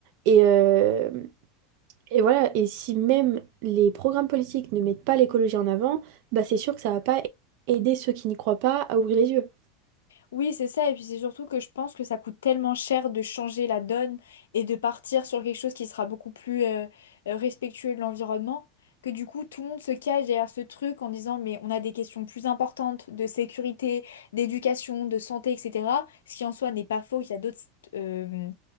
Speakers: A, on the right; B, on the left.
A: Et, euh, et voilà, et si même les programmes politiques ne mettent pas l'écologie en avant, bah c'est sûr que ça va pas aider ceux qui n'y croient pas à ouvrir les yeux.
B: Oui, c'est ça. Et puis c'est surtout que je pense que ça coûte tellement cher de changer la donne et de partir sur quelque chose qui sera beaucoup plus euh, euh, respectueux de l'environnement, que du coup tout le monde se cache derrière ce truc en disant mais on a des questions plus importantes de sécurité, d'éducation, de santé, etc. Ce qui en soi n'est pas faux, il y a d'autres euh,